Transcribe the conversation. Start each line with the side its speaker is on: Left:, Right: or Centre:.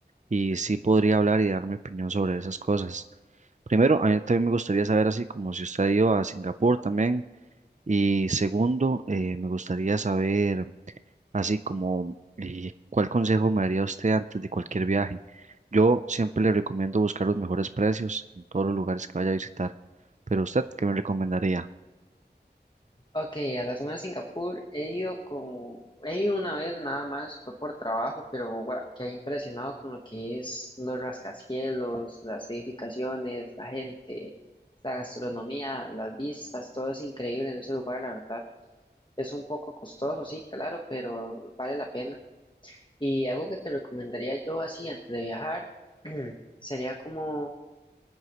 Right: y sí podría hablar y dar mi opinión sobre esas cosas. Primero, a mí también me gustaría saber así como si usted ha ido a Singapur también. Y segundo, eh, me gustaría saber así como eh, cuál consejo me daría usted antes de cualquier viaje. Yo siempre le recomiendo buscar los mejores precios en todos los lugares que vaya a visitar. Pero usted, ¿qué me recomendaría?
Left: Ok, a la zona de Singapur he ido con, he ido una vez nada más, fue por trabajo, pero gua- quedé impresionado con lo que es los rascacielos, las edificaciones, la gente, la gastronomía, las vistas, todo es increíble en ese lugar, la verdad. Es un poco costoso, sí, claro, pero vale la pena. Y algo que te recomendaría yo así antes de viajar <clears throat> sería como